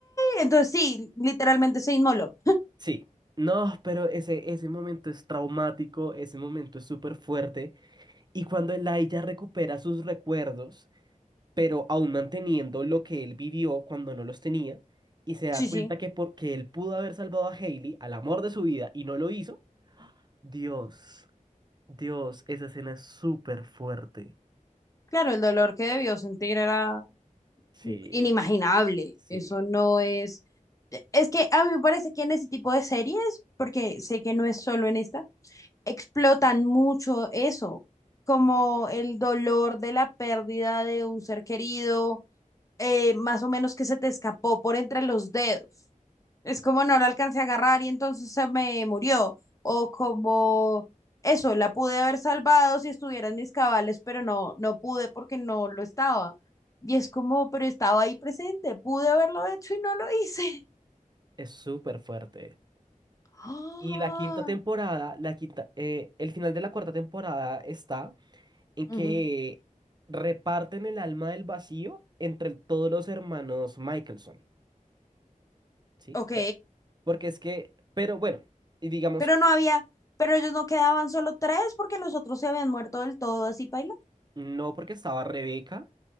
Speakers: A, on the left; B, on the right.
A: Entonces sí, literalmente se inmoló.
B: Sí. No, pero ese, ese momento es traumático, ese momento es súper fuerte y cuando Eli ya recupera sus recuerdos, pero aún manteniendo lo que él vivió cuando no los tenía y se da
A: Sí,
B: cuenta
A: sí.
B: que porque él pudo haber salvado a Hailey, al amor de su vida, y no lo hizo, Dios, Dios, esa escena es súper fuerte.
A: Claro, el dolor que debió sentir era
B: Sí,
A: inimaginable.
B: sí,
A: Eso no es... e, Es que a mí me parece que en ese tipo de series, porque sé que no es solo en esta, explotan mucho eso, como el dolor de la pérdida de un ser querido, eh, más o menos que se te escapó por entre los dedos. Es como no la alcancé a agarrar y entonces se me murió. O como eso, la pude haber salvado si estuviera en mis cabales, pero no, no pude porque no lo estaba. Y es como, pero estaba ahí presente, pude haberlo hecho y no lo hice. <laughs>
B: es súper fuerte.
A: Ah,
B: Y la quinta temporada, la quinta, eh, el final de la cuarta temporada está en
A: ujú,
B: que reparten el alma del vacío entre todos los hermanos Michelson, ¿sí?
A: Ok,
B: Eh, porque es que, pero bueno, y digamos,
A: pero no había, pero ellos no quedaban solo tres porque los otros se habían muerto del todo, así paila.
B: no porque estaba Rebeca,